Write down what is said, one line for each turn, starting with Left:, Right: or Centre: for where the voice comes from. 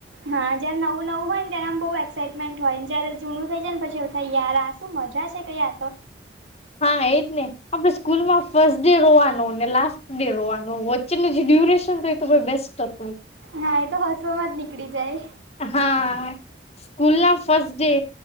Right: હા જયારે નવું નવું હોય ને ત્યારે આમ બહુ એક્સાઈટમેન્ટ હોય જયારે જૂનું થઇ જાય પછી એ યાર આ શું મજા છે, કંઈ આતો.
Left: હા એજ ને આપડે સ્કૂલમાં ફસ્ટ ડે રોવાનું ને લાસ્ટ ડે રોવાનું. ને ડ્યુરેશન તો એક તો કોઈ બેસ્ટ હતો એ.
Right: હા એતો હસવામાં જ નીકળી જાય.
Left: હા. સ્કૂલના ફસ્ટ ડે